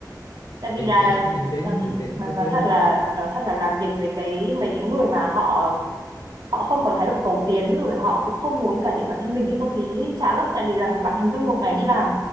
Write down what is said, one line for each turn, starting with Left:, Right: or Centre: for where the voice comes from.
Right: tại vì
Left: bình
Right: là
Left: tĩnh bình tĩnh
Right: nói thật
Left: bình tĩnh
Right: nói
Left: tôi
Right: nói
Left: thấy là
Right: thật là nói thật là làm việc với cái mấy cái người mà họ họ không có thái độ cầu tiến rồi họ cũng không muốn cải thiện bản thân mình nhưng tôi thấy chán lắm tại vì là bạn hình dung một ngày đi làm